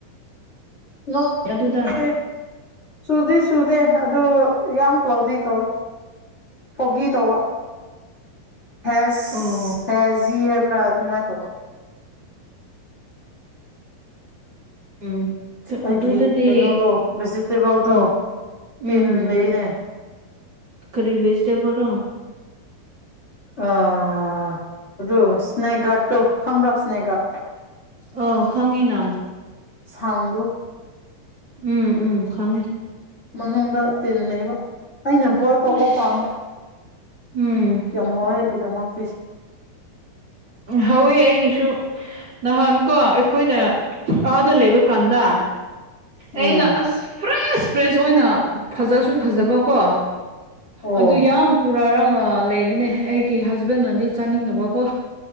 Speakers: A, on the left; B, on the right.
A: ꯅ
B: ꯑꯗꯨꯗ
A: <unintelligible> ꯆꯨꯗꯤ ꯆꯨꯗꯦ ꯑꯗꯨ ꯌꯥꯝ ꯀ꯭ꯂꯥꯎꯗꯤ ꯇꯧꯋꯦ ꯐꯣꯒꯤ ꯇꯧꯕ ꯍꯦꯁ
B: ꯑꯣ
A: ꯍꯦꯖꯤ ꯍꯦꯕ꯭ꯔ ꯑꯗꯨꯃꯥꯏ ꯇꯧꯕꯥ
B: ꯎꯝ
A: ꯑꯩꯒꯤ
B: ꯑꯗꯨꯗꯗꯤ
A: ꯀꯩꯅꯣꯗꯣ ꯚꯦꯖꯤꯇꯦꯕꯜꯗꯣ
B: ꯎꯝ ꯎꯝ
A: ꯇꯤꯟ ꯂꯩꯌꯦꯅꯦ
B: ꯀꯔꯤ ꯚꯤꯖꯤꯇꯦꯕꯜꯅꯣ
A: ꯑꯥ ꯑꯗꯨ ꯁ꯭ꯅꯦꯛꯒꯥꯠ ꯇꯣ ꯈꯪꯕ꯭ꯔ ꯁ꯭ꯅꯦꯛꯒꯥꯠ
B: ꯑꯥ ꯈꯪꯉꯤꯅ
A: ꯊꯥꯡꯕ꯭ꯔꯨ
B: ꯎꯝ ꯎꯝ ꯈꯪꯉꯦ
A: ꯃꯅꯨꯡꯗ ꯇꯤꯟ ꯂꯩꯕ ꯑꯩꯅ ꯕꯣꯏꯜ ꯇꯧꯕ
B: ꯑꯁ
A: ꯄꯥꯝꯕ
B: ꯎꯝ
A: ꯌꯥꯝ ꯍꯥꯎꯋꯦ ꯑꯩꯒꯤꯗꯃꯛ
B: ꯍꯧꯋꯦ ꯑꯩꯒꯤꯁꯨ ꯅꯍꯥꯟ ꯀꯣ ꯑꯩꯈꯣꯏꯅ ꯑꯥꯗ ꯂꯩꯕ ꯀꯥꯟꯗ
A: ꯎꯝ
B: ꯑꯩꯅ ꯑꯁ ꯐ꯭ꯔꯦꯁ ꯐ꯭ꯔꯦꯁ ꯑꯣꯏꯅ ꯐꯖꯁꯨ ꯐꯖꯕꯀꯣ
A: ꯑꯣ
B: ꯑꯗꯨ ꯌꯥꯝ ꯄꯨꯔꯛꯒ ꯒ ꯂꯩꯕꯅꯦ ꯑꯩꯒꯤ ꯍꯁꯕꯦꯟꯅꯗꯤ ꯆꯥꯅꯤꯡꯗꯕꯀꯣ